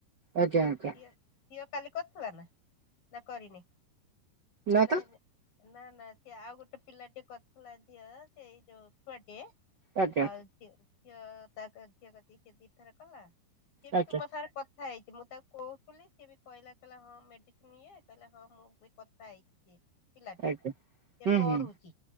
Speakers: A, on the right (about 85°); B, on the left (about 55°).
A: ଆଜ୍ଞା ଆଜ୍ଞା।
B: ଝିଅ ଝିଅ କାଲି କରିଥିଲା ନା ନା କରିନି
A: ନା
B: ନା
A: ତ
B: ନା। ସେ ଆଉ ଗୋଟେ ପିଲାଟେ କରିଥିଲା ଝିଅ ସେଇ ଯୋଉ ଛୁଆଟିଏ
A: ଆଜ୍ଞା
B: ଆଉ ସେ ଝିଅ ତାକ ଝିଅ କତିକି ସେ ଦି ଥର କଲା ସିଏ ବି
A: ଆଜ୍ଞା।
B: ତୁମ ସାଙ୍ଗରେ କ ଥା ହେଇଛି ମୁଁ ତାକୁ କହୁଥିଲି ସିଏ ବି କହିଲା କହିଲେ ହଁ ମେଡିସିନ ଇଏ କହିଲେ ହଁ ମୁଁ ବି କଥା ହେଇଛି। ପିଲାଟା
A: ଆଜ୍ଞା
B: ସେ
A: ହୁଁ
B: ପଢୁଛି
A: ହୁଁ